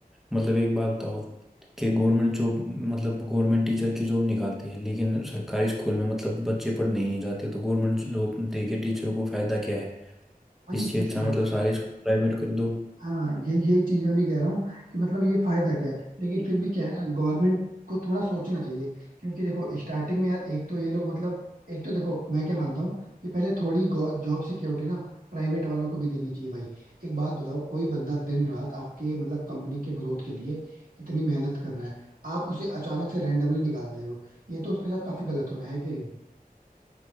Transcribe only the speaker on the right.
वही
चीज
है भाई
हाँ ये यही चीज मैं भी कह रहा हूँ कि मतलब ये फायदा क्या है लेकिन फिर भी क्या है ना गवर्नमेंट को थोड़ा सोचना चाहिए क्योंकि देखो स्टार्टिंग में यार एक तो ये लोग मतलब एक तो देखो मैं क्या मानता हूँ कि पहले थोड़ी जॉब सिक्योरिटी ना प्राइवेट वालों को भी देनी चाहिए भाई एक बात बताओ कोई बंदा दिन रात आपके मतलब कंपनी के ग्रोथ के लिए इतनी मेहनत कर रहा है आप उसे अचानक से रेंडमली निकाल दे रहे हो ये तो उसके साथ काफी गलत हो रहा है कि